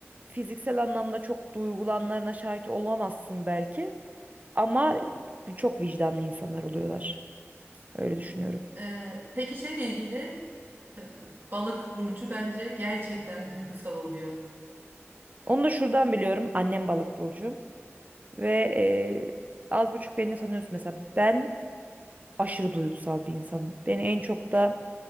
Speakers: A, on the right; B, on the right.
A: fiziksel anlamda çok duygulanlarına şahit olamazsın belki. Ama çok vicdanlı insanlar oluyorlar. Öyle düşünüyorum.
B: Ee, peki şeyle ilgili e, balık burcu bence gerçekten duygusal oluyor.
A: Onu da şuradan biliyorum. Annem balık burcu ve e, az buçuk beni de tanıyorsun mesela. Ben aşırı duygusal bir insanım. Beni en çok da